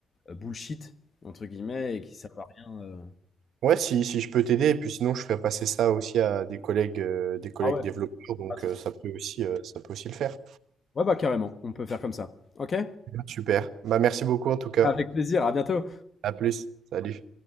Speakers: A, on the left; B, on the right.
A: «bullshit» entre guillemets et qui servent à rien, heu.
B: Ouais, si, si je peux t'aider, et puis sinon je ferai passer ça aussi à des collègues, euh, des collègues
A: Ah ouais?
B: développeurs, donc
A: Ah ça,
B: euh, ça peut aussi, euh, ça peut aussi le faire.
A: Ouais, bah carrément, on peut faire comme ça. Ok?
B: Super. Bah, merci beaucoup en tout cas.
A: Avec plaisir, à bientôt.
B: À plus. Salut.